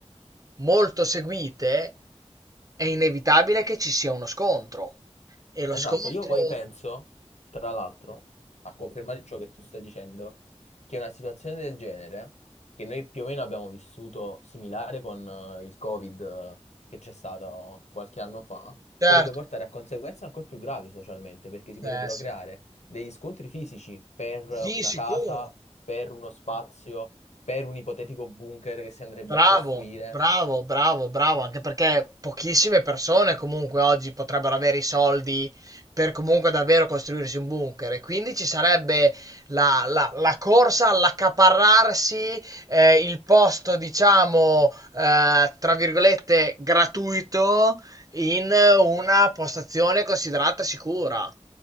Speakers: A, on the right; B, on the left.
A: molto seguite, è inevitabile che ci sia uno scontro. E lo
B: Esatto,
A: scontro,
B: io poi penso, tra l'altro, a conferma di ciò che tu stai dicendo, che una situazione del genere, che noi più o meno abbiamo vissuto similare con eh, il Covid eh, che c'è stato qualche anno fa,
A: certo,
B: potrebbe portare a conseguenze ancora più gravi socialmente, perché si potrebbero
A: eh sì,
B: creare degli scontri fisici per
A: sì,
B: una
A: sicuro.
B: casa, per uno spazio, per un ipotetico bunker che si andrebbe
A: Bravo,
B: a costruire.
A: bravo, bravo, bravo, anche perché pochissime persone comunque oggi potrebbero avere i soldi per comunque davvero costruirsi un bunker e quindi ci sarebbe la, la- la corsa all'accaparrarsi eh, il posto, diciamo, eh, tra virgolette, gratuito in una postazione considerata sicura.